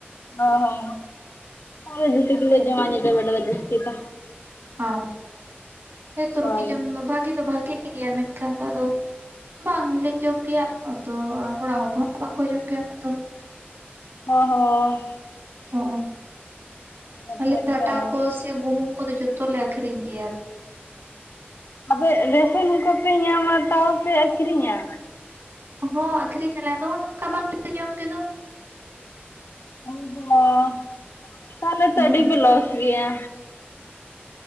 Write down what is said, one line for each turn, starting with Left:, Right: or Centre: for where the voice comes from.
Left: ᱚ ᱦᱚᱸ ᱟᱨᱮ ᱡᱩᱴᱤᱠᱮ ᱡᱚᱢ ᱧ ᱵᱟᱲ ᱫᱚ ᱡᱟᱹᱥᱛᱤ ᱫᱚ
Right: ᱚ ᱦᱮᱸᱛᱚ ᱨᱩᱴᱤ
Left: ᱦᱳᱭ
Right: ᱡᱚᱢ ᱵᱷᱟᱜᱤ ᱫᱚ ᱵᱷᱟᱜᱮ ᱜᱮᱭᱟ ᱢᱮᱱᱠᱷᱟᱱ ᱫᱚ ᱟᱫᱚ ᱵᱟᱝᱞᱤᱧ ᱡᱚᱢ ᱠᱮᱭᱟ ᱟᱹᱞᱤᱧ ᱦᱚᱸ ᱛᱚ ᱚᱲᱟᱜ ᱦᱚᱲ ᱠᱚᱦᱚᱸ ᱵᱟᱝᱠᱚ ᱡᱚᱢ ᱜᱮᱭᱟ ᱩᱱᱟᱹᱜ ᱫᱚ
Left: ᱦᱸᱚ ᱦᱚᱸ
Right: ᱚ
Left: ᱠᱟᱛᱷᱟ
Right: ᱟᱞᱮ
Left: ᱜᱮ
Right: ᱦᱟᱴᱟᱜ ᱠᱚ ᱥᱮ ᱜᱩᱦᱩᱢ ᱠᱚᱫᱚ ᱡᱚᱛᱚ ᱞᱮ ᱟᱹᱠᱷᱨᱤᱧ ᱜᱮᱭᱟ᱾
Left: ᱟᱯᱮ ᱨᱮᱥᱚᱱ ᱠᱟᱯᱮ ᱧᱟᱢᱟ ᱛᱟᱣ ᱯᱮ ᱟᱹᱠᱷᱨᱤᱧᱟ?
Right: ᱦᱚᱸ ᱟᱠᱠᱷᱨᱤᱧ ᱟᱞᱮ ᱟᱫᱚ ᱱᱚᱝᱠᱟ ᱵᱟᱝᱞᱮ ᱡᱚᱢ ᱛᱮᱫᱚ᱾
Left: ᱚ ᱦᱚᱸ ᱛᱟᱦᱞᱮ
Right: ᱦᱚᱸ
Left: ᱛᱚ ᱟᱹᱰᱤ ᱯᱮ ᱞᱚᱥ ᱜᱮᱭᱟ᱾